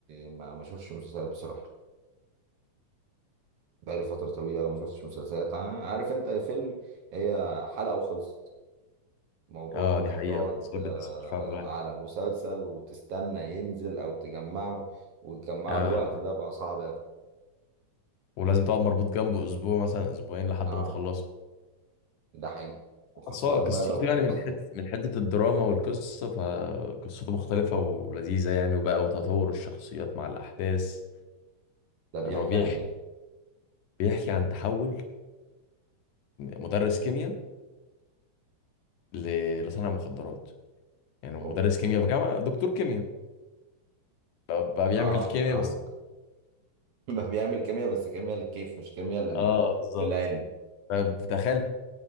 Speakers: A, on the right (about 60°); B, on the left (about 75°).
A: ما ما اشوفش مسلسلات بصراحة بقالي فترة طويلة ما شفتش مسلسلات ع- عارف انت فيلم هي حلقة وخلصت موضوع
B: اه
A: انك
B: دي حقيقة
A: تقعد
B: المسلسلات
A: آه،
B: بتسحل فعلا الواحد
A: على مسلسل وتستنى ينزل او تجمعه وتجمعه
B: آه.
A: الوقت ده بقى صعب اوي
B: ولازم تقعد مربوط جنبه اسبوع مثلا اسبوعين لحد
A: اه
B: ما تخلصه
A: ده حقيقي وخاصة
B: بس هو قصته
A: بقى لو
B: يعني من حته من حته الدراما والقصه فقصته مختلفه ولذيذه يعني وبقى وتطور الشخصيات مع الاحداث
A: <laughs> ده بيحكي
B: يعني هو بيحكي
A: عن ايه
B: بيحكي عن تحول مدرس كيمياء ل- لصانع مخدرات يعني هو
A: أوب.
B: مدرس كيمياء في جامعه دكتور كيمياء بقى بيعمل
A: اه
B: كيمياء
A: فاهمك
B: بس
A: <laughs> ده بيعمل كيمياء بس كيمياء للكيف مش كيمياء لل...
B: اه بالظبط
A: للعلم
B: فتخيل